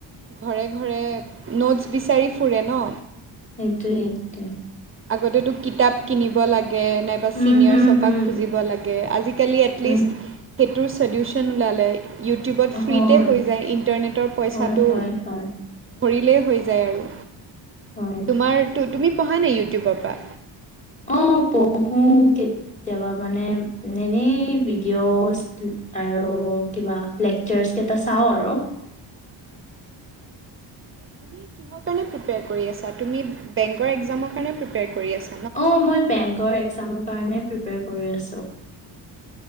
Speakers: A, on the right; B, on the left.
A: ঘৰে ঘৰে নোটছ বিচাৰি ফুৰে ন।
B: সেইটোৱেই এইটোৱে।
A: আগতেতো কিতাপ কিনিব লাগে নে বা
B: উম,
A: চিনিয়ৰ
B: হুম,
A: চৰপা
B: হুম,
A: খুজিব লাগে আজিকালি এটলিষ্ট
B: উম,
A: সেইটোৰ চলিউচন ওলালে। ইউটিউবত ফ্ৰীতে
B: হয়,
A: হৈ যায়, ইণ্টাৰনেটৰ পইচাটো
B: হয়, হয়, হয়,
A: ভৰিলেই হৈ যায় আৰু,
B: হয়।
A: তোমাৰ তুমি পঢ়া নাই ইউটিউবৰ পৰা।
B: অঁ পঢ়ো কেতিয়াবা মানে এনেই ভিডিঅচ আৰু কিবা লেকচাৰছ কেইটা চাওঁ আৰু।
A: তুমি কিহৰ কাৰণে প্ৰিপেয়াৰ কৰি আছা, তুমি বেংকৰ এক্সামৰ কাৰণে প্ৰিপেয়াৰ কৰি আ
B: অঁ, মই বেংকৰ এক্সামৰ কাৰণে প্ৰিপিয়াৰ কৰি আছোঁ।